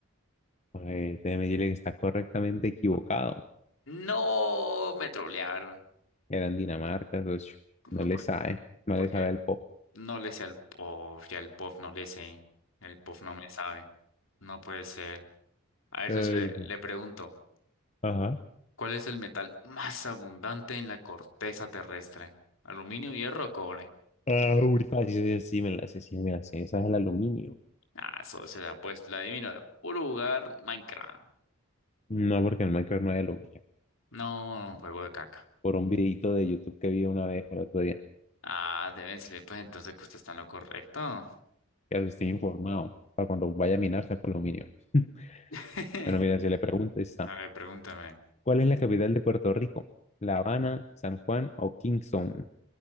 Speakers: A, on the left; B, on the left.
A: Pues déjeme decirle que está correctamente equivocado.
B: No, me trolearon.
A: Era en Dinamarca, socio.
B: No,
A: No le
B: por-
A: sabe, no
B: porque
A: le sabe al pop.
B: no le sé al pop, ya el pop no le sé, el pop no me sabe, no puede ser. A ver,
A: Ay,
B: socio, le,
A: no.
B: le pregunto,
A: Ajá.
B: ¿cuál es el metal más abundante en la corteza terrestre? ¿Aluminio, hierro o cobre?
A: Ah, muy fácil. Sí, sí, me la sé, sí, me la sé. Esa es el aluminio.
B: Ah, socio, la puesto, la adivino de puro lugar, Minecraft.
A: No, porque en Minecraft no hay aluminio.
B: No, juego de caca.
A: Por un videito de YouTube que vi una vez el otro día.
B: Ah, deben decirle, pues entonces que usted está en lo correcto.
A: Ya estoy informado para cuando vaya a minar saco aluminio. <laughs>
B: <laughs>
A: Bueno, mira, si le pregunto está.
B: A ver, pregúntame.
A: ¿Cuál es la capital de Puerto Rico? ¿La Habana, San Juan o Kingston?